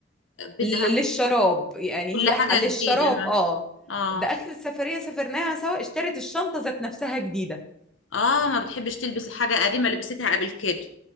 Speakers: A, on the left (about 85°); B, in the centre.
A: بدها
B: ل- للشراب يعني
A: كل
B: هي
A: حاجة
B: ح- للشراب
A: جديدة ما
B: اه
A: اه
B: ده آخر سفرية سافرناها سوا اشترت الشنطة ذات نفسها جديدة
A: اه ما بتحبش تلبس حاجة قديمة لبستها قبل كده